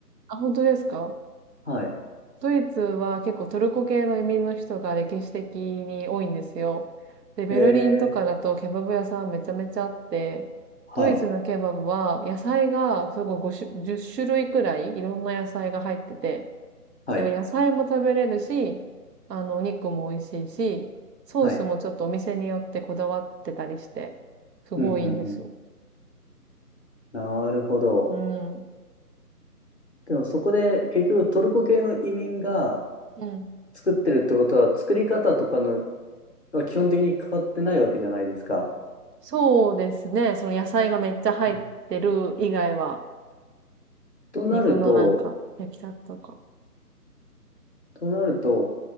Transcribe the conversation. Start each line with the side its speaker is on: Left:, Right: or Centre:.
Right: あ、本当ですか
Left: はい。
Right: ドイツは結構トルコ系の移民の人が歴史的に多いんですよ。で、ベルリンとかだとケバブ屋さんめちゃめちゃあって、
Left: へえ。はい。
Right: ドイツのケバブは野菜がすごい5種、10種類くらいいろんな野菜が入ってて、
Left: はい。
Right: だから野菜も食べれるし、あの、お肉も美味しいし、ソースもちょっとお店によってこだわってたりして、
Left: はい。
Right: すごいいいんですよ。
Left: うん、うん、うん。なるほど。
Right: うん。
Left: でもそこで結局トルコ系の移民が
Right: うん。
Left: 作ってるってことは作り方とかのは基本的に変わってないわけじゃないですか。
Right: そうですね。その野菜がめっちゃ入ってる以外は、
Left: うんとなると、
Right: 肉のなんか、焼きたてとか。
Left: となると